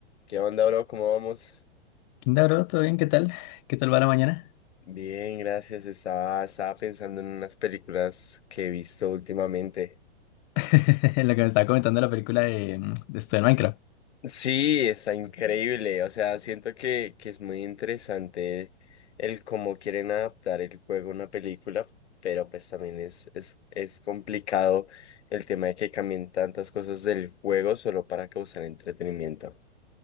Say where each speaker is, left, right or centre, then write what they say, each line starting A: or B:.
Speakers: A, on the left; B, on the left.
A: ¿Qué onda, bro? ¿Cómo vamos?
B: Hola, bro, ¿todo bien? ¿Qué tal? ¿Qué tal va la mañana?
A: Bien, gracias. Estaba, estaba pensando en unas películas que he visto últimamente.
B: <laughs> Lo que me estaba comentando la película de, mm, de esto de Minecraft.
A: Sí, está increíble. O sea, siento que, que es muy interesante el cómo quieren adaptar el juego a una película, pero pues también es, es, es complicado el tema de que cambien tantas cosas del juego solo para causar entretenimiento.